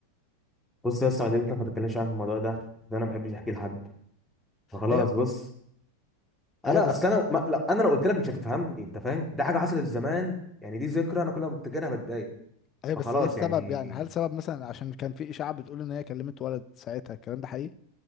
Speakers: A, in the centre; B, on the left.
A: بص يا اسطى والدتي ما تتكلمش عارف الموضوع ده عشان انا ما بحبش احكي لحد فخلاص
B: ايوه
A: بص
B: ايوه
A: انا
B: بس
A: اصل انا ما... لو انا لو قلت لك مش هتفهمني انت فاهم دي حاجه حصلت زمان يعني دي ذكرى انا كل ما بفتكرها بتضايق
B: ايوه
A: فخلاص
B: بس ايه السبب
A: يعني
B: يعني هل سبب مثلا عشان كان في اشاعه بتقول ان هي كلمت ولد ساعتها الكلام ده حقيقي